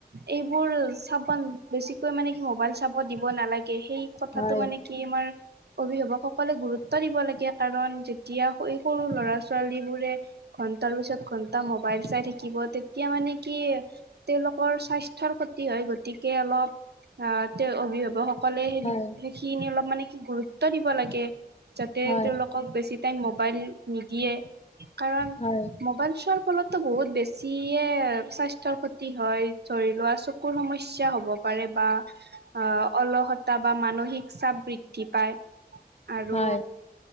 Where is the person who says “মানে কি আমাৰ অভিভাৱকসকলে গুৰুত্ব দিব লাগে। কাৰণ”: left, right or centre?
Right